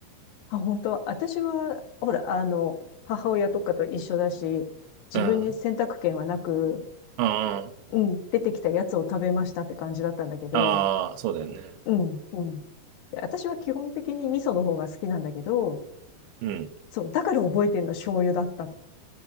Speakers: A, on the left; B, on the right.
A: あ、本当、私は、ほら、あの、母親とかと一緒だし、自分に選択権はなく、
B: うん。あ
A: うん、出てきたやつを食べましたって感じだったんだけど、
B: あ、ああ、そうだよね。
A: うん、うん。私は基本的に味噌の方が好きなんだけど、
B: うん。
A: そう、だから覚えてるの醤油だった。